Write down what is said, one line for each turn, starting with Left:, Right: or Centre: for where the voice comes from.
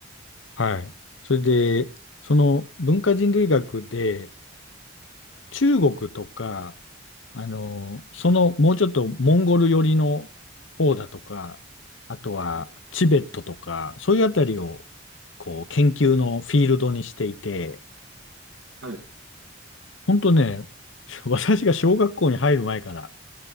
Left: はい。それで、その文化人類学で、中国とか、あの、そのもうちょっとモンゴル寄りの方だとか、あとはチベットとか、
Right: はい
Left: そういうあたりをこう研究のフィールドにしていて、
Right: い。
Left: 本当ね、<laughs> 私が小学校に入る前から、